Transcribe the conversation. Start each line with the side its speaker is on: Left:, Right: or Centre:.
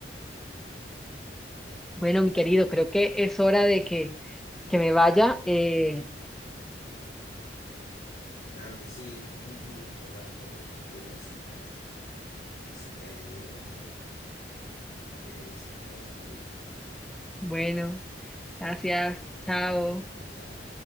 Centre: Bueno, mi querido, creo que es hora de que, que me vaya. Eh,
Left: Claro que sí, un, un gusto hablar un poco contigo acerca de acerca de Dios y que el Señor vaya contigo.
Centre: bueno, gracias. Chao.
Left: Chao, chao.